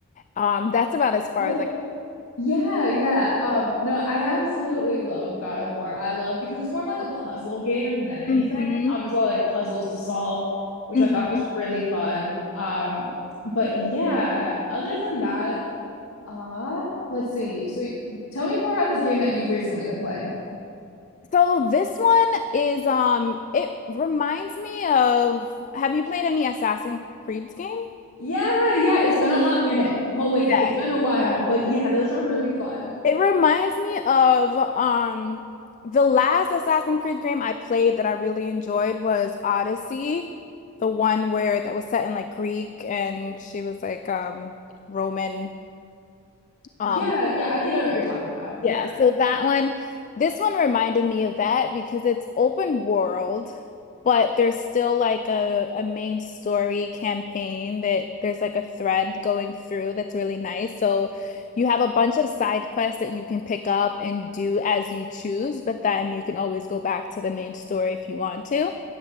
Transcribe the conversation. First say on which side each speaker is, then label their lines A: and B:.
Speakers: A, on the left; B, on the left.
A: Um, that's about as far
B: Oh,
A: as like
B: Yeah, yeah. Um, no, I absolutely love God of War. I love because it's more of like a puzzle game than anything.
A: hmm
B: Um, it's all like puzzles to solve, which
A: hmm
B: I thought was really fun. Um, but yeah, other than that, um, let's see. So tell me more about this game that you've recently been playing.
A: So this one is um it reminds me of have you played any Assassin's Creed game?
B: Yeah, yeah, it's been a hot minute. Hold with
A: Yeah.
B: me. It's been a while, but yeah, those are really fun.
A: It reminds me of um the last Assassin's Creed game I played that I really enjoyed was Odyssey, the one where that was set in like Greek and she was like um Roman um
B: Yeah, yeah, I think I know what you're talking about.
A: yeah,
B: Yeah.
A: so that one, this one reminded me of that because it's open world, but there's still like a, a main story campaign that there's like a thread going through that's really nice. So you have a bunch of side quests that you can pick up and do as you choose, but then you can always go back to the main story if you want to.